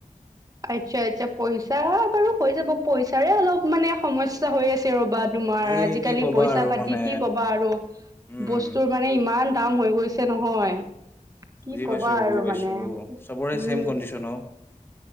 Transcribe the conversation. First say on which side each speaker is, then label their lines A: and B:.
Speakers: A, on the right; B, on the left.
A: আচ্ছা আচ্ছা পইচা বাৰু হৈ যাব পইচাৰে অলপ মানে সমস্যা হৈ আছে আৰু তুমাৰ
B: এই
A: আজিকালি
B: কি ক'বা
A: পইচা
B: আৰু
A: পাতি
B: মানে
A: কি ক'বা আৰু
B: উম
A: বস্তুৰ মানে ইমান কাম হৈ গৈছে নহয় কি
B: বুজি
A: ক'বা
B: পাইছো
A: আৰু
B: বুজি পাইছো
A: মানে
B: চবৰে
A: উম
B: চম কণ্ডিচন অ